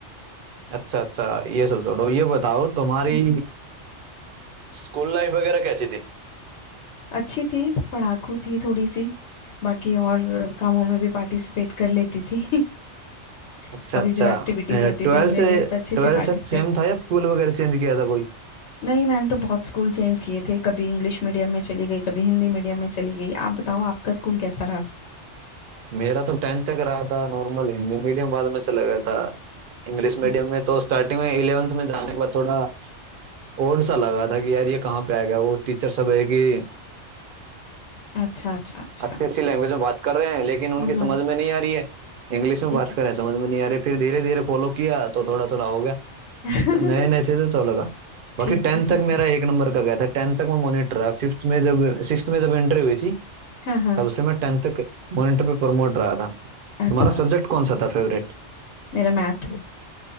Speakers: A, on the right (about 55°); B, on the left (about 70°).
A: अच्छा अच्छा ये सब छोड़ो ये बताओ तुम्हारी
B: हम्म।
A: स्कूल लाइफ वगैरह कैसी थी
B: अच्छी थी पढ़ाकू थी थोड़ी सी बाकी और कामों में भी पार्टिसिपेट कर लेती थी <laughs>
A: अच्छा
B: अभी
A: अच्छा
B: जो एक्टिविटीज होती
A: ट्वेल्थ
B: थी उनमें
A: से
B: भी मैं तो अच्छे
A: ट्वेल्थ
B: से पार्टिसिपेट
A: तक सेम था या स्कूल वगैरह चेंज किया था कोई
B: नहीं मैंने तो बहुत स्कूल चेंज किए थे कभी इंग्लिश मीडियम में चली गई कभी हिंदी मीडियम में चली गई आप बताओ आपका स्कूल कैसा रहा
A: मेरा तो टेंथ तक रहा था नॉर्मल हिंदी मीडियम बाद में चला गया था इंग्लिश मीडियम
B: <laughs>
A: में तो स्टार्टिंग में इलेवेंथ में जाने के बाद थोड़ा ओड सा लगा था कि यार ये कहाँ पे आएगा वो टीचर सब है कि
B: अच्छा अच्छा अच्छा
A: अच्छी अच्छी लैंग्वेज में बात कर रहे हैं लेकिन उनकी
B: हाँ हाँ
A: समझ में नहीं आ रही है इंग्लिश में
B: ठीक
A: बात
B: है
A: कर रहे हैं समझ में नहीं आ रही फिर धीरे धीरे फॉलो किया तो थोड़ा थोड़ा हो गया
B: <laughs>
A: नए नए थे तो तो लगा बाकी
B: ठीक
A: टेंथ
B: है ठीक
A: तक मेरा
B: है
A: एक नंबर का गया था टेंथ तक मैं मॉनिटर रहा फिफ्थ में जब सिक्स्थ में जब एंट्री हुई थी
B: हाँ हाँ
A: तब से मैं टेंथ तक मॉनिटर पे प्रमोट रहा था
B: अच्छा
A: तुम्हारा
B: अच्छा
A: सब्जेक्ट कौन सा था फेवरेट
B: मेरा मैथ